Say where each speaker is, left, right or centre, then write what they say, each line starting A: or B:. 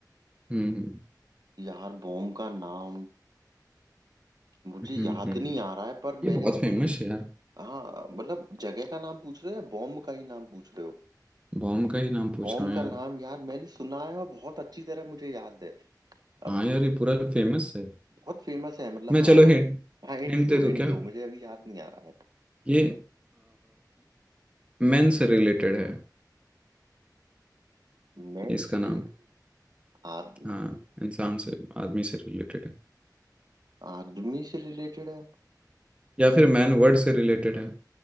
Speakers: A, on the right; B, on the right.
A: हम्म
B: यार बॉम्ब का नाम मुझे
A: हम्म
B: याद
A: हम्म हम्म।
B: नहीं आ रहा है पर मैंने
A: ये बहुत
B: सुना
A: फेमस
B: है
A: है यार
B: हाँ मतलब जगह का नाम पूछ रहे हो या बॉम्ब का ही नाम पूछ रहे हो
A: बॉम्ब का ही नाम पूछ
B: बॉम्ब
A: रहा हूँ
B: का
A: यार
B: नाम यार मैंने सुना है और बहुत अच्छी तरह मुझे याद है अब
A: हाँ यार ये पूरा फेमस है
B: बहुत फेमस है मतलब
A: मैं
B: हाँ
A: चलो हिंट
B: हाँ हिंट
A: हिंट
B: दो
A: दे दूँ
B: हिंट
A: क्या
B: दो मुझे अभी याद नहीं आ रहा है
A: ये मेन से रिलेटेड है
B: मैन
A: इसका
B: से
A: नाम
B: रिले आद,
A: हाँ इंसान से आदमी से रिलेटेड है
B: आदमी से रिलेटेड है
A: या फिर मैन वर्ड से रिलेटेड है